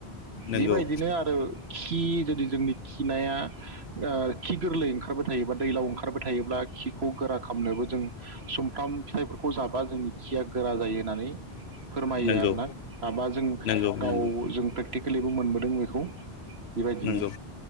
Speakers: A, on the left; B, on the right.
A: नंगौ
B: बे बायदिनो आरो खि जुदि जोंनि खिनाया ओ खि गोरलै ओंखारबाय थायोबा दैलाव ओंखारबाय थायोब्ला खिखौ गोरा खालामनोबो जों सुमफ्राम फिथाइफोरखौ जाबा जोंनि खिया गोरा जायो होननानै फोरमायो
A: नंगौ
B: आरोना माबा जों
A: नंगौ
B: गाव
A: नंगौ
B: जों प्रेक्टिकेलिबो मोनबोदों बेखौ बे बायदिनो
A: नंगौ